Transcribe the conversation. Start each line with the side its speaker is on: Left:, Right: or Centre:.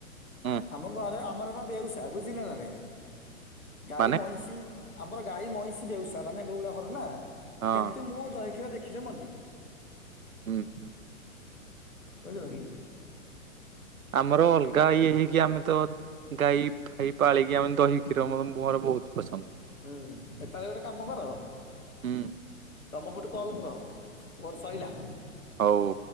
Right: ହୁଁ
Left: ଆମ ଘରେ ଆମର ଏରା ବେଉସା ବୁଝିଲ ନା ନାଇଁ ଗାଈ
Right: ମାନେ
Left: ମଇଁଷି। ଆମର ଗାଈ ମଇଁଷି ବେଉସା ମାନେ ଗୋଉଡ ଘର ନା
Right: ହଁ
Left: କିନ୍ତୁ ମୁଁ ଦହି କ୍ଷୀର ଦେଖି ଖିଲେ ମଲି।
Right: ଉହୁଁ।
Left: ବୁଝିଲ କି।
Right: ଆମର ଅଲଗା ଇଏ ହେଇକି ଆମେ ତ ଗାଈ ଫାଇ ପାଳିକି ଆମେ ଦହି କ୍ଷୀର ମୋ ମୋର ବୋହୁତ ପସନ୍ଦ
Left: ହୁଁ ଏପାଳି ଗୋଟେ କାମ କର
Right: ହୁଁ
Left: ତମ ପଟୁ କଲ୍ କର। ମୋରୋ ସଇଲା।
Right: ହୋଉ।